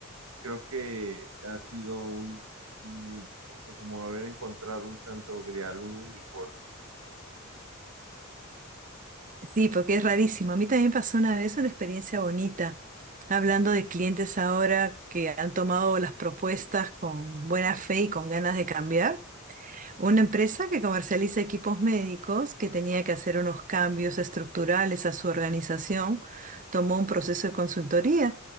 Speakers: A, on the right (about 80°); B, on the right (about 40°).
A: creo que ha sido un, un- como haber encontrado un santo grial, un unicornio.
B: Sí, porque es rarísimo. A mí también pasó una vez una experiencia bonita. Hablando de clientes ahora que han tomado las propuestas con buena fe y con ganas de cambiar. Una empresa que comercializa equipos médicos, que tenía que hacer unos cambios estructurales a su organización, tomó un proceso de consultoría,